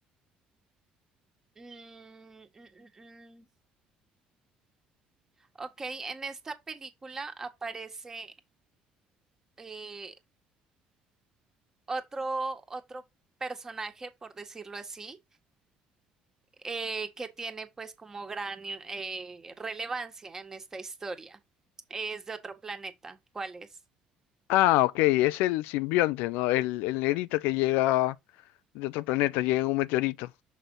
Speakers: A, on the right; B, on the left.
A: Mm, mm, mm, mm. Ok, en esta película aparece eh, otro, otro personaje, por decirlo así, eh, que tiene pues como gran eh, relevancia en esta historia. Es de otro planeta. ¿Cuál es?
B: Ah, ok, es el simbionte, ¿no? El, el negrito que llega de otro planeta, llega en un meteorito.